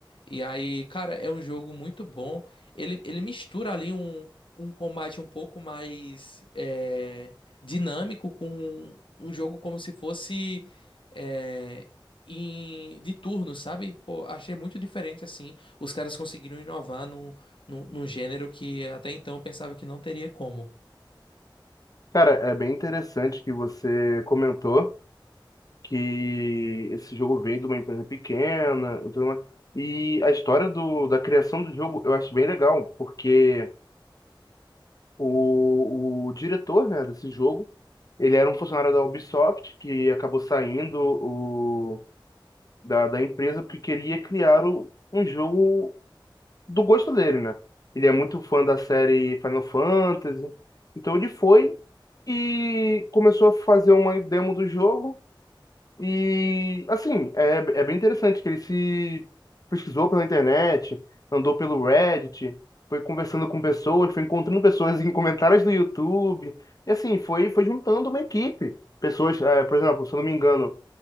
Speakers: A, on the left; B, on the left.
A: E aí, cara, é um jogo muito bom. Ele, ele mistura ali um, um combate um pouco mais é, dinâmico com um jogo como se fosse é, em, de turno, sabe? Pô, achei muito diferente assim. Os caras conseguiram inovar num, num gênero que até então eu pensava que não teria como.
B: Cara, é bem interessante que você comentou que esse jogo veio de uma empresa pequena e tudo mais. E a história do, da criação do jogo eu acho bem legal, porque o, o diretor, né, desse jogo, ele era um funcionário da Ubisoft que acabou saindo o, da, da empresa porque queria criar o, um jogo do gosto dele, né? Ele é muito fã da série Final Fantasy. Então ele foi e começou a fazer uma demo do jogo. E assim, é, é bem interessante que ele se pesquisou pela internet, andou pelo Reddit, foi conversando com pessoas, foi encontrando pessoas em comentários do YouTube. E assim, foi, foi juntando uma equipe. Pessoas, eh, por exemplo, se eu não me engano